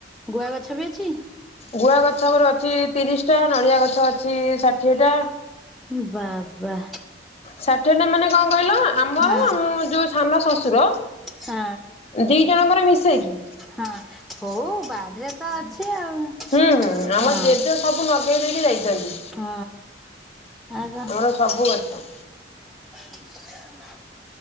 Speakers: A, in the centre; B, on the left (about 35°).
A: ଗୁଆ ଗଛ ବି ଅଛି।
B: ଗୁଆ ଗଛ ଗୁରେ ଅଛି ତିରିଶଟା, ନଡ଼ିଆ ଗଛ ଅଛି ଷାଠିଏଟା।
A: ଏ ବାବା।
B: ଷାଠିଏ ଟା ମାନେ କଣ କହିଲ ଆମର,
A: ହଁ
B: ଆମ ଯୋଉ ସାନ ଶଶୁର
A: ସା
B: ଦି ଜଣଙ୍କର ମିଶେଇକି।
A: ହଁ ହଉ ବାଡିରେ ତ ଅଛି ଆଉ।
B: ହୁଁ ହୁଁ ଆମ
A: ହଁ
B: ଜେଜ ସବୁ ନଗେଇ ଦେଇକି ଯାଇଛନ୍ତି,
A: ହଁ ଆଉ କଣ
B: ଆମର ସବୁ ଗଛ।
A: <inaudible>